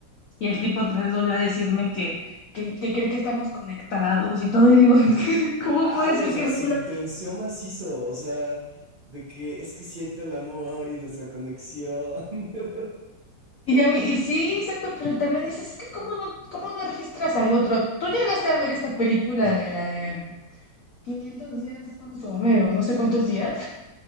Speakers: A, on the left (about 70°); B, on the right (about 40°).
A: Y el tipo otra vez volvió a decirme que, que, que cree que estamos conectados y todo, y digo, <laughs> es que, ¿cómo
B: Ay,
A: puede
B: o
A: ser
B: sea,
A: que de
B: se intenció macizo, o sea, de que es que siente el amor y nuestra conexión. <laughs>
A: Y, ya, vi- y sí, exacto, pero también dices, es que cómo no, cómo no registras al otro. Tú llegaste a ver esta película de la de 500 días con Somero, no sé cuántos días.